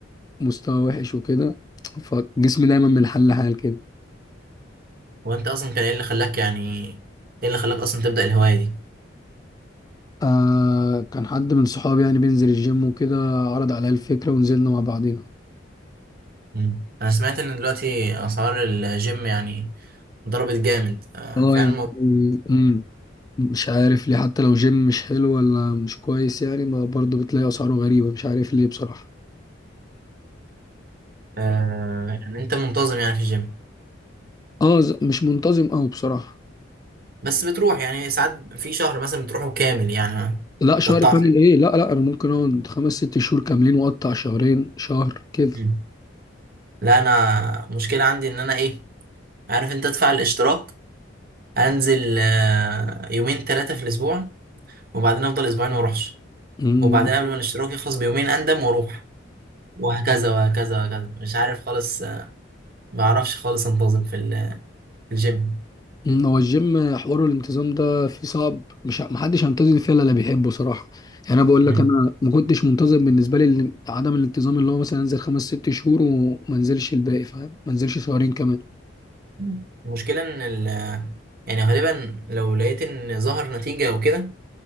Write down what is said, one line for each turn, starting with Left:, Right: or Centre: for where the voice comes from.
Left: مستوى وحش وكده فجسمي دايما من حل لحال كده
Right: هو انت اصلا كان ايه اللي خلاك يعني ايه اللي خلاك اصلا تبدأ الهواية دي
Left: آه كان حد من صحابي يعني بينزل الجيم وكده عرض عليا الفكره ونزلنا مع بعضينا
Right: مم. انا سمعت ان دلوقتي اسعار الجيم يعني ضربت جامد آه،
Left: اه
Right: فعلا
Left: يعني
Right: الموضوع
Left: امم مش عارف ليه حتى لو جيم مش حلو ولا مش كويس يعني ما برضه بتلاقي اسعاره غريبه مش عارف ليه بصراحه
Right: آه، يعني انت منتظم يعني في الجيم
Left: اه ز- مش منتظم قوي بصراحه
Right: بس بتروح يعني ساعات في شهر مثلا بتروحه كامل يعني ما
Left: لا شهر
Right: تقطعش
Left: كامل ايه لا لا انا ممكن اقعد خمس ست شهور كاملين واقطع شهرين شهر كده
Right: مم. لا انا مشكلة عندي ان انا ايه عارف انت ادفع الاشتراك انزل آه، يومين ثلاثة في الاسبوع وبعدين افضل اسبوعين ما اروحش
Left: امم
Right: وبعدين قبل ما الاشتراك يخلص بيومين اندم واروح وهكذا وهكذا وهكذا مش عارف خالص آه، ما بعرفش خالص انتظم في ال- في الجيم
Left: أمم، هو الجيم حوار الانتظام ده فيه صعب مش ه- محدش هينتظم فيه الا اللي بيحبه صراحه يعني انا بقول
Right: مم.
Left: لك انا ما كنتش منتظم بالنسبه لي ال- عدم الانتظام اللي هو مثلا انزل خمس ست شهور وما انزلش الباقي فاهم ما انزلش شهرين كمان
Right: مم. المشكلة إن ال يعني غالبا لو لقيت إن ظهر نتيجة أو كده